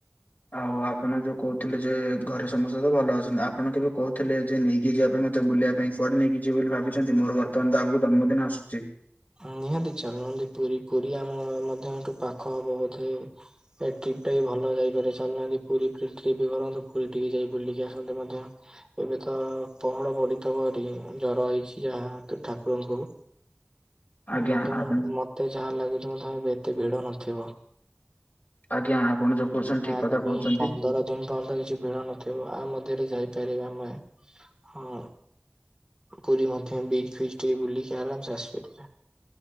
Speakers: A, on the left; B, on the right.
A: ଆଉ ଆପଣ ଯୋଉ କହୁଥିଲେ ଯେ ଘରେ ସମସ୍ତେ ତ ଭଲ ଅଛନ୍ତି ଆପଣ କେବେ କହୁଥିଲେ ଯେ ନେଇକି ଯିବା ପାଇଁ ମତେ ତତେ ବୁଲିବା ପାଇଁ କୁଆଡେ ନେଇ କିଛି ବୋଲି ଭାବୁଛନ୍ତି ମୋର ବର୍ତ୍ତମାନ ତ ଆଗକୁ ଜନ୍ମଦିନ ଆସୁଛି।
B: ହଁ ନିହାତି ଚାଲୁନାହାନ୍ତି ପୁରୀ ପୁରୀ ଆମ ମଧ୍ୟ ଏଠୁ ପାଖ ହବ ବୋଧେ ଏ ଟ୍ରିପ୍ ଟା ବି ଭଲ ଯାଇପାରେ ଚାଲନାହାନ୍ତି ପୁରୀ ଟ୍ରିପ୍ କରନ୍ତୁ ପୁରୀ ଟିକେ ଯାଇ ବୁଲିକି ଆସନ୍ତେ ମଧ୍ୟ। ଏବେ ତ ପହଡ଼ ପଡିଥିବରେ ଜର ହେଇଛି ଯାହା ଠାକୁରଙ୍କୁ।
A: ଆଜ୍ଞା
B: ମଧ୍ୟ
A: ଆପଣ
B: ମତେ ଯାହା ଲାଗୁଛି ମଧ୍ୟ ଏବେ ଏତେ ଭିଡ ନଥିବ।
A: ଆଜ୍ଞା ଆପଣ ଯୋଉ କହୁଛନ୍ତି ଠିକ
B: ଆଗାମୀ
A: କଥା କହୁଛନ୍ତି।
B: ପନ୍ଦର ଜୁନ ପନ୍ଦ କିଛି ଭିଡ଼ ନଥିବ ଆ ମଧ୍ୟରେ ଯାଇପାରିବା ଆମେ ହଁ। ପୁରୀ ମଧ୍ୟ ବିଚ ଫି ଟିକେ ବୁଲିକି ଆରାମସେ ଆସିପାରିବା।